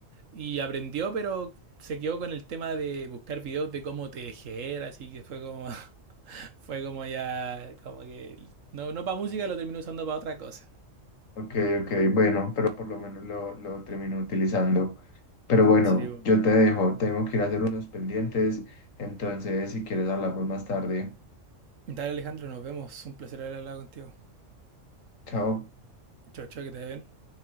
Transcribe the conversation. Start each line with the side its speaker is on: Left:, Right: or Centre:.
Right: Y aprendió, pero se quedó con el tema de buscar videos de cómo tejer, así que fue como, <laughs> fue como ya, como que no, no para música, lo terminó usando para otra cosa.
Left: Ok, ok, bueno, pero por lo menos lo, lo termino utilizando. Pero bueno,
Right: Sí, po.
Left: yo te dejo, tengo que ir a hacer unos pendientes, entonces si quieres hablamos más tarde.
Right: Dale Alejandro, nos vemos. Un placer haber hablado contigo.
Left: Chao.
Right: Chau, chau, que te vaya bien.